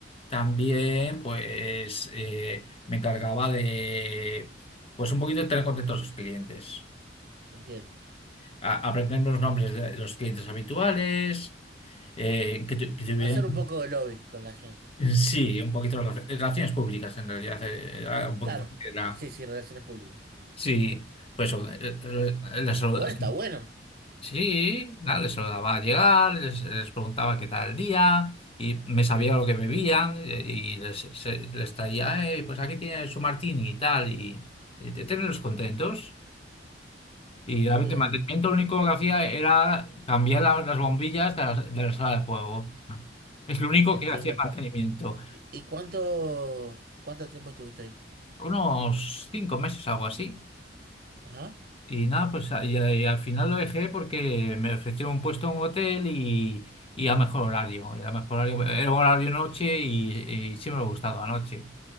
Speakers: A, on the left; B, on the right.
A: también pues eh, me encargaba de pues un poquito de tener contentos a sus clientes
B: Entiendo.
A: a- aprender los nombres de los clientes habituales, eh, que, tu- que tuvieran,
B: Hacer un poco de lobby con la gente.
A: sí, un poquito de relac- relaciones públicas en realidad, eh, era un poquito
B: Claro,
A: lo que era,
B: no sé si relaciones públicas.
A: sí, pues eso, eh, eh, les saluda-
B: Igual está bueno.
A: sí, nada, les saludaba al llegar, les, les preguntaba qué tal el día. Y me sabía lo que bebían eh, y les, se- les traía, "Eh, pues aquí tiene su martini y tal, y, y te- tenerlos contentos. Y el
B: Bien,
A: mantenimiento lo único que hacía era cambiar la- las bombillas de la, de la sala de juego. Es lo único
B: entiendo.
A: que hacía mantenimiento.
B: ¿Y, y cuánto, cuánto tiempo estuviste ahí?
A: Unos cinco meses, algo así.
B: Ajá,
A: Y nada, pues a- y, a- y al final lo dejé porque me ofrecieron un puesto en un hotel y, y a mejor horario. Era mejor horario, era horario noche y, y siempre me ha gustado anoche.